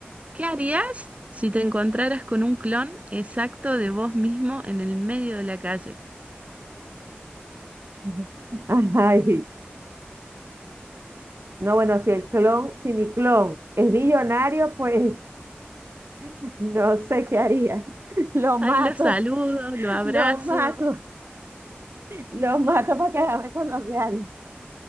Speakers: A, on the right; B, on the right.
A: ¿qué harías si te encontraras con un clon exacto de vos mismo en el medio de la calle?
B: <laughs> Ay, no, bueno, si el clon, si mi clon es millonario, pues <laughs> no sé qué haría. <laughs> Lo mato,
A: Ahí lo saludo, lo abrazo.
B: lo mato, lo mato para quedarme con los reales.